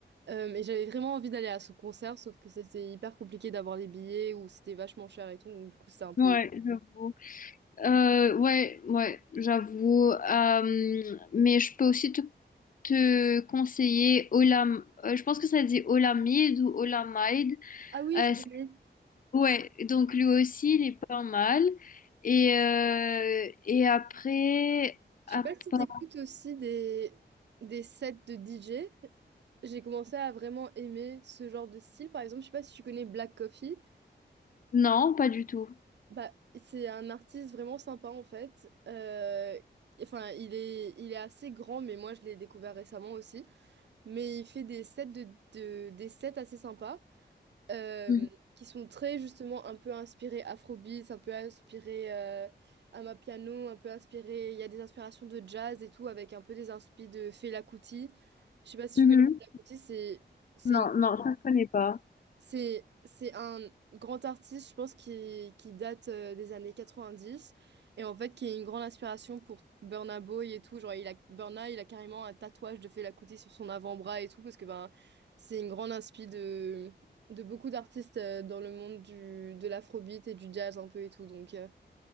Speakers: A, on the right (about 70°); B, on the left (about 50°).
A: Euh, mais j'avais vraiment envie d'aller à son concert, sauf que c'était hyper compliqué d'avoir les billets ou c'était vachement cher et tout. Donc, du coup, c'était un peu.
B: Ouais, je vois. Euh, ouais, ouais, j'avoue. Euh, mais je peux aussi te, te conseiller Olam. euh, je pense que ça dit Olamide ou Olamide.
A: Ah oui,
B: Euh,
A: je connais.
B: c'est- ouais, donc lui aussi, il est pas mal. Et, euh, et après,
A: Je
B: à
A: sais pas si
B: part-
A: t'écoutes aussi des, des sets de DJ. J'ai commencé à vraiment aimer ce genre de style. Par exemple, je sais pas si tu connais Black Coffee.
B: non, pas du tout.
A: Bah, c'est un artiste vraiment sympa en fait. Euh, Enfin, il est, il est assez grand, mais moi je l'ai découvert récemment aussi. Mais il fait des sets de, de- des sets assez sympas. euh,
B: Mhm.
A: qui sont très justement un peu inspirés Afrobeats, un peu inspirés euh, Amapiano, un peu inspirés. Il y a des inspirations de jazz et tout, avec un peu des inspirations de Fela Kuti. Je sais pas si
B: Mhm.
A: tu connais Fela Kuti, c'est c'est
B: Non, non, ça, je connais pas.
A: c'est, c'est un grand artiste, je pense, qui, qui date euh, des années 90 et en fait qui est une grande inspiration pour Burna Boy et tout. Genre, il a, Burna, il a carrément un tatouage de Fela Kuti sur son avant-bras et tout parce que ben, c'est une grande inspi de, de beaucoup d'artistes euh, dans le monde du, de l'afrobeat et du jazz un peu et tout. Donc, euh,